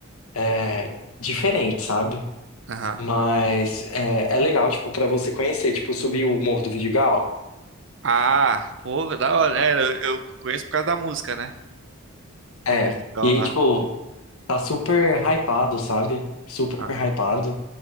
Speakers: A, on the left; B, on the right.
A: é, diferente, sabe?
B: Aham.
A: Mas é, é legal, tipo, pra você conhecer. Tipo, subir o Morro do Vidigal.
B: Ah, pô, da hora. É, eu, eu conheço por causa da música, né? Do
A: É.
B: vídeo lá.
A: E aí, tipo, tá super hypado, sabe? Super
B: Ah.
A: hypado.